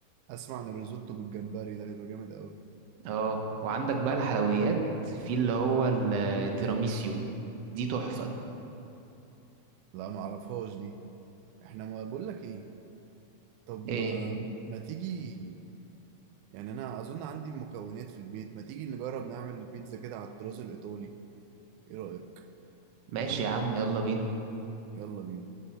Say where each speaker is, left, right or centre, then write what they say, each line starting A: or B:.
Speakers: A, on the right; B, on the right.
A: أسمع عن الريزوتو بالجمبري ده بيبقى جامد أوي
B: اه وعندك بقى الحلويات في اللي هو التيراميسيو دي تحفة
A: لا ما أعرفهاش دي إحنا ما بقول لك إيه طب ما
B: ايه
A: ما تيجي يعني أنا أظن عندي المكونات في البيت ما تيجي نجرب نعمل البيتزا كده على الطراز الإيطالي إيه رأيك؟
B: ماشي يا عم يلا بينا
A: يلا بينا